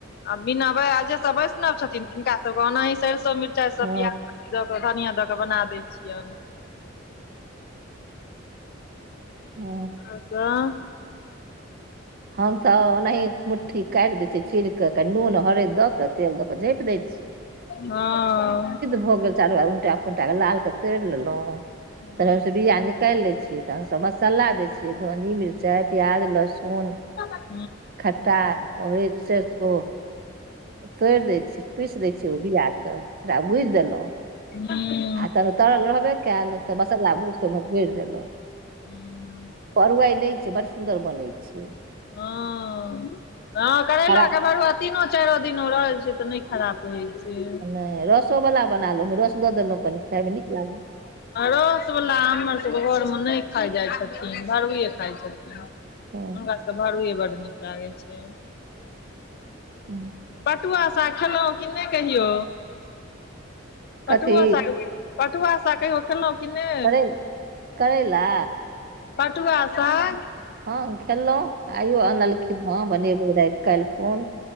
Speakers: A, on the left; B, on the right.
A: आ बिना बेआ आ जे सब वैष्णव छथिन तिनका सबके ओनाहि सरिसो मिरच चाय सब
B: हँ
A: प्याज अी द कऽ धनिया दऽ के बना दै छियन
B: हं
A: <unintelligible>
B: हम तऽ ओनाही मुट्ठी काइट दय छी चीर क कनी नून हरद दऽ कऽ तेल दऽ क झँइप दै छियै
A: हँ
B: भ गेल चारू उलटा पुलटा के लाल के तरि लेलौ
A: <inaudible>
B: तऽ हमस बीआ निकाइल लै छियए तह हमसब मसल्ला दै छिए धनी मिरचाइ प्याज लहसुन
A: <unintelligible>
B: खटा ओय से ओ तोइड़ दै छीय पीस दै छियै ओ बीआ क ओकरा बुझि देलहुँ
A: हं
B: आ तन तरल रहबे कयल तऽ मसल्ला भूइज कऽ ओहिमे भैर देलहुँ
A: हूँ
B: अरुआइ नय छै बड़ सुन्दर बनै छै
A: हँ हँ करैलाके
B: खराब
A: भरुआ तीनो चारो दिन रहैत छै त नय खराप होय छै
B: नहि रसो वाला बना लो ओहिमे रस दऽ देलहुँ कनि खायमे नीक लागल
A: रसवला हमरसबके घरमे नई खाइ जाइ छथिन घरुए खाइ छथिन हुनका
B: हँ
A: सबके भरुए बड्ड नीक लागै छै
B: उं
A: पटुआ साग खेलहुँ कि नई कहियौ
B: कथी
A: पटुआ स पटुआ सा कहियो खेलौहुं कि नई
B: करै करैला
A: पटुआ साग
B: हँ खेल लहुँ आइयो अनलखिन हँ बनेबे राति काईल खुन